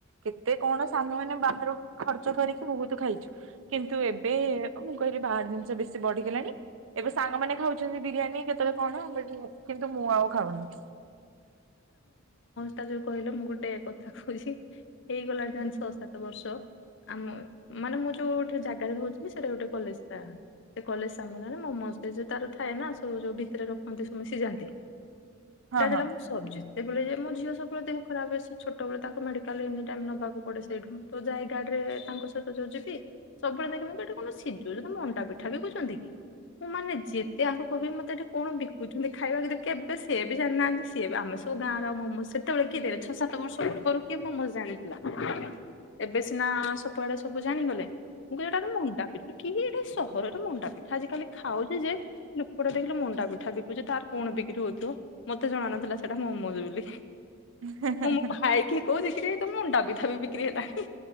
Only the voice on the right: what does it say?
କେତେ କଣ ସାଙ୍ଗମାନେ ବାହାରୁ ଖର୍ଚ୍ଚ କରିକି ବହୁତ ଖାଇଛୁ। କିନ୍ତୁ ଏବେ ଉ ମୁଁ କହିଲି ବାହାର ଜିନିଷ ବେଶୀ ବଢିଗଲାଣି। ଏବେ ସାଙ୍ଗମାନେ ଖାଉଛନ୍ତି ବିରିୟାନୀ କେତେବେଳେ କଣ ବଟ୍ କିନ୍ତୁ ମୁଁ ଆଉ ଖାଉନି।
ହଁ
ହଁ
ହଁ।